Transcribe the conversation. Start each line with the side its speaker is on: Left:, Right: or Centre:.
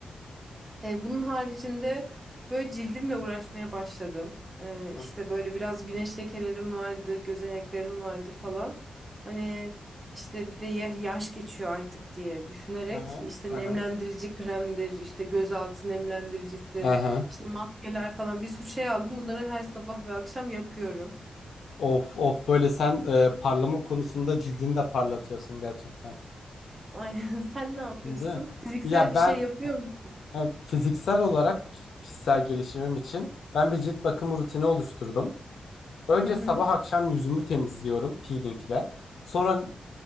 Right: E, bunun haricinde böyle cildimle uğraşmaya başladım. E,
Left: Hı
Right: işte böyle biraz güneş lekelerim vardı, gözeneklerim vardı falan. Hani işte bir de ya- yaş geçiyor artık diye düşünerek
Left: hı. Hı hı.
Right: işte
Left: Hı
Right: nemlendirici
Left: hı.
Right: kremdir, işte gözaltı nemlendiricisi,
Left: Hı hı.
Right: işte maskeler falan bir sürü şey aldım. Bunları her sabah ve akşam yapıyorum.
Left: Of of böyle sen e, parlama konusunda cildini de parlatıyorsun gerçekten.
Right: Aynen. <laughs> Sen ne yapıyorsun?
Left: Değil mi?
Right: Fiziksel
Left: Ya
Right: bir
Left: ben
Right: şey yapıyor musun?
Left: e, fiziksel olarak kişisel gelişimim için ben bir cilt bakımı rutini oluşturdum. Önce
Right: Hı hı.
Left: sabah akşam yüzümü temizliyorum peelingle. Sonra